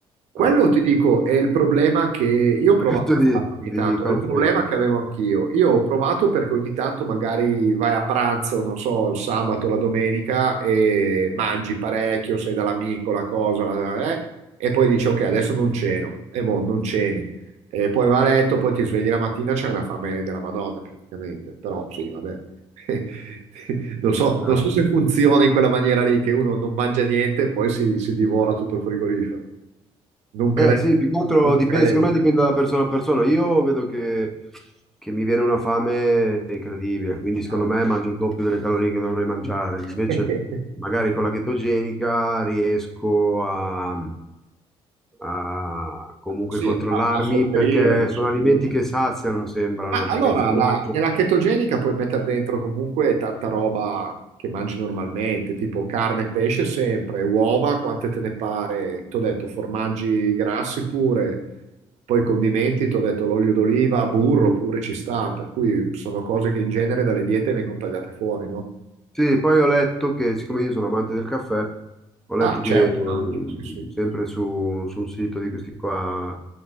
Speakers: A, on the right; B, in the centre.
A: Quello
B: eh, un
A: ti dico è il problema che io ho provato
B: pacchetto
A: a
B: di,
A: farlo
B: di
A: ogni tanto,
B: cornflakes.
A: è il problema che avevo anch'io. Io ho provato perché ogni tanto magari vai a pranzo, non so, il sabato, la domenica e mangi parecchio, sei dall'amico, la cosa, la- eh, e poi dici ok, adesso non ceno, e boh, non ceni. E poi va a letto, poi ti svegli la mattina, c'è una fame della Madonna praticamente, però sì, vabbè. <laughs> Non so,
B: Cioè,
A: non so se funziona in quella maniera lì, che uno non mangia niente e poi si, si divora tutto il frigorifero. Non
B: Eh
A: credo,
B: sì, più che altro
A: non
B: dipende,
A: credo.
B: secondo me dipende da persona a persona. Io vedo che, che mi viene una fame incredibile, quindi secondo
A: Ah.
B: me mangio il doppio delle calorie che dovrei mangiare. Invece,
A: <laughs>
B: magari con la chetogenica riesco a, a comunque
A: Sì,
B: controllarmi
A: a, a sopperire,
B: perché
A: a
B: sono
A: sopperire.
B: alimenti che saziano, sembrano,
A: Ma allora,
B: perché il formaggio,
A: la- nella chetogenica puoi mettere dentro comunque tanta roba che mangi normalmente, tipo carne e pesce sempre, uova, quante te ne pare. T'ho detto, formaggi grassi pure, poi condimenti, t'ho detto l'olio d'oliva, burro pure ci sta, per cui sono cose che in genere dalle diete vengono tagliate fuori, no?
B: Sì, poi ho letto che, siccome io sono amante del caffè, ho letto
A: Ah,
B: che
A: certo, anche,
B: um,
A: sì, sì.
B: sempre su, su un sito di questi qua